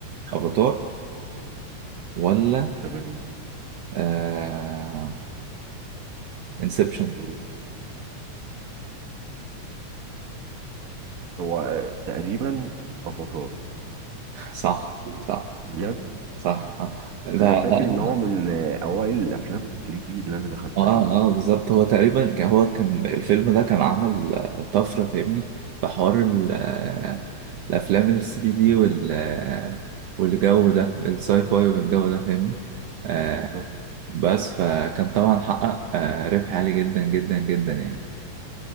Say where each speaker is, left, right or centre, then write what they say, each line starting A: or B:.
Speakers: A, on the right (about 75°); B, on the right (about 55°).
A: أفاتار ولا
B: تمام
A: آه انسبشن
B: مم. هو آه، تقريبا أفاتار
A: <laughs> صح صح
B: بجد
A: صح آه. لا
B: أنا فاكر
A: لا
B: إن هو من آه، أوائل الأفلام ال 3 دي اللي أنا دخلتها
A: اه
B: على فكرة
A: اه بالظبط هو تقريبا ك- هو كان الفيلم ده كان عمل آه، طفرة فاهمني في حوار ال- آه، الأفلام ال 3 دي وال آه، والجو ده الساي فاي والجو ده فاهمني آه
B: بالظبط
A: بس فكان طبعا حقق آه ربح عالي جدا جدا جدا يعني